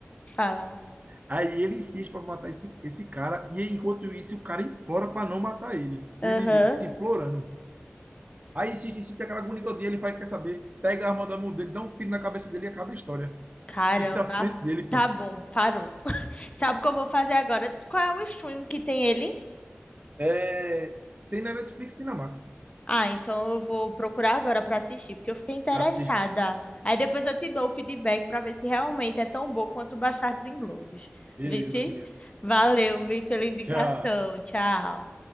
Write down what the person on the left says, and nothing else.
Fala.
Aham.
Caramba.
Tá bom, parou. Sabe o que eu vou fazer agora? Qual é o stream que tem ele?
Ah, então eu vou procurar agora pra assistir, porque eu fiquei interessada.
Aí depois eu te dou o feedback pra ver se realmente é tão bom quanto Bastardos Inglórios.
Vê se.
Valeu, vi pela indicação.
Tchau.